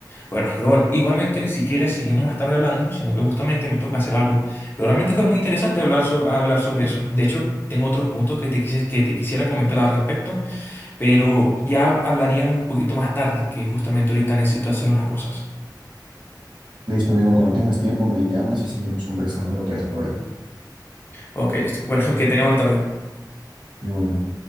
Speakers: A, on the left; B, on the right.
A: Bueno, pero bueno, igualmente, si quieres, seguimos más tarde hablando, sino que justamente me toca hacer algo. Pero realmente fue muy interesante hablar, so- hablar sobre eso. De hecho, tengo otros puntos que te, quise- que te quisiera comentar al respecto, pero ya hablaríamos un poquito más tarde, que justamente ahorita necesito hacer unas cosas.
B: Listo, amigo, cuando tengas tiempo me llamas y seguimos conversando, no te des problema.
A: Ok, listo. Bueno, <laughs> que tenga buena tarde.
B: Igualmente.